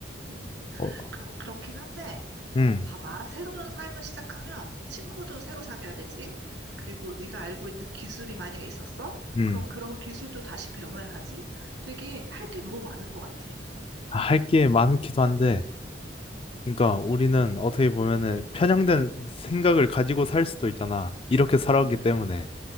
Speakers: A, on the right (about 80°); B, on the left (about 30°).
A: 음,
B: 어,
A: 그렇, 그렇긴 한데.
B: 음,
A: 봐봐. 새로운 삶을 시작하면 친구도 새로 사귀어야 되지. 그리고 네가 알고 있는 기술이 만약에 있었어?
B: 음.
A: 그럼 그런 기술도 다시 배워야 하지. 되게 할 게 너무 많을 것 같아.
B: 아, 할 게 많기도 한데, 그러니까 우리는 어떻게 보면은 편향된 생각을 가지고 살 수도 있잖아. 이렇게 살아왔기
A: 응,
B: 때문에.